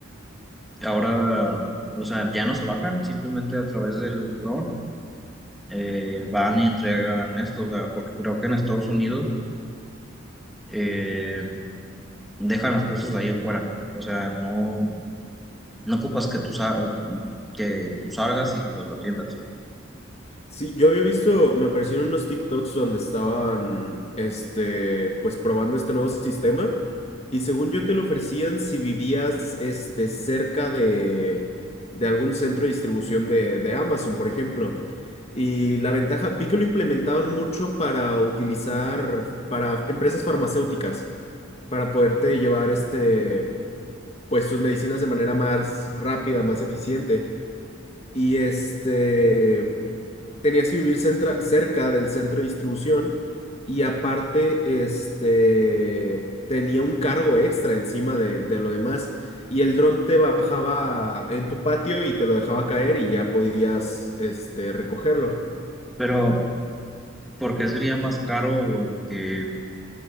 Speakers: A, in the centre; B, on the left.
A: ahora, o sea, ya no se bajan, simplemente a través del dron eh, van y entregan esto, o sea, porque creo que en Estados Unidos eh, dejan las cosas ahí afuera, o sea, no, no ocupas que tú, sa- que tú salgas y los atiendas,
B: Sí, yo había visto, me aparecieron unos TikToks donde estaban, este, pues probando este nuevo sistema y según yo te lo ofrecían si vivías, este, cerca de, de algún centro de distribución de, de Amazon, por ejemplo. Y la ventaja, vi que lo implementaban mucho para utilizar, para empresas farmacéuticas, para poderte llevar, este, pues tus medicinas de manera más rápida, más eficiente. Y este tenías que vivir centra- cerca del centro de distribución y aparte, este, tenía un cargo extra encima de, de lo demás y el dron te bajaba en tu patio y te lo dejaba caer y ya podías, este, recogerlo.
A: pero ¿por qué sería más caro que,